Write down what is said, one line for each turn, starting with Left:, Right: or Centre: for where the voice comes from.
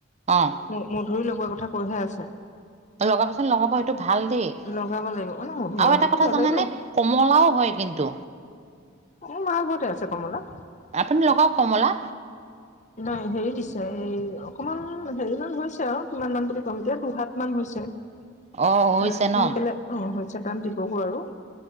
Right: অঁ।
Left: ম মধুৰি লগোৱাৰ কথা কৈহে আছে।
Right: ত লগাবচোন লগাব সেইটো ভাল দেই। আৰু
Left: লগাব লাগিব মানে মধুৰিআমটোতো
Right: এটা কথা
Left: ভালেই
Right: জানোনে?
Left: বাৰু
Right: কমলাও হয় কিন্তু।
Left: মোৰ মাৰ ঘৰতে আছে কমলা।
Right: আপুনি লগাওক কমলা?
Left: নাই হেৰি দিছে এই অকমান হেৰি মান হৈছে আৰু কিমান মান বুলি ক'ম এতিয়া দুহাত কিমান হৈছে, এ
Right: অঁ হৈছে ন
Left: কিনি পেলাই অ হৈছে তাত দিবগৈ আৰু।